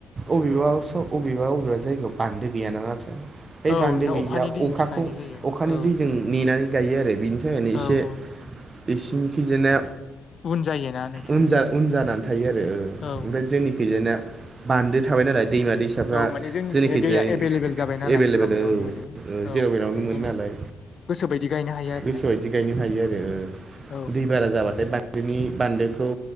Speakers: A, on the right; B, on the left.
A: अबेबा बबेबा अबेबा जायगायाव बान्दो गैयाना नाथाय बे
B: औ
A: बान्दो
B: नोंथां
A: गैयैआ
B: अखानि दैजोंसो
A: अखाखौ
B: गायनाय जायो
A: अखानि
B: औ
A: दैजों। नेनानै गायो आरो बिनि थाखायनो एसे
B: औ औ
A: इसिनिखिजायना।
B: उन जायोना नोंथां
A: उनजा उन जानानै थायो आरो ओ।
B: औ
A: ओमफ्राय जोंनिखैजा बान्दो थाबाय नालाय दैमा दै फिसाफ्रा
B: औ माने जोंनिथिंजाय
A: जोंनिखिजाय
B: दैया एभेलेबेल जाबाय नालाय
A: एभेलेबेल
B: जेराव मेरावनो
A: औ
B: मोनो
A: ओ-जेराव
B: औ
A: बेेरावनो
B: बेनिखायनो
A: मोनो नालाय।
B: गोसोबायदि गायनो हायो आरोना
A: गोसो बायदि गायनो हायो आरो ओ।
B: औ
A: दै बारा जाबाथाय बान्दोनि बान्दोखौ